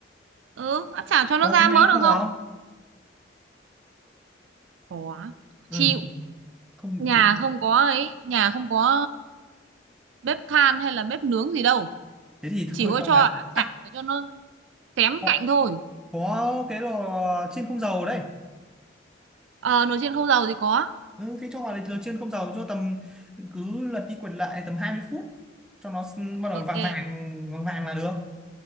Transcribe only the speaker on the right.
ừ áp chảo cho nó
ra
mỡ được
không
khó
chịu
nhà
không có ấy nhà không có bếp than hay là bếp nướng gì đâu
chỉ
có
cho
áp
chảo để cho nó xém
cạnh thôi
ờ nồi chiên không dầu thì có
ok